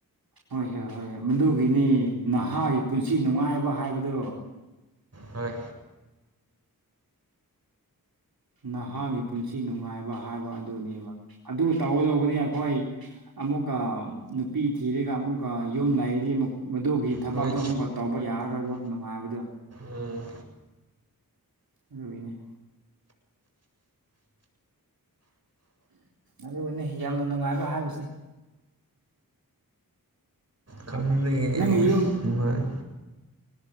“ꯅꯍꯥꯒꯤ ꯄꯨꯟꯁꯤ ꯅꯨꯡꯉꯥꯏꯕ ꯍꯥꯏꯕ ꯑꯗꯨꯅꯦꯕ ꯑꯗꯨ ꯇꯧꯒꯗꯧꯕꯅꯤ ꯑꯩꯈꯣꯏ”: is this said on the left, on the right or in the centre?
Right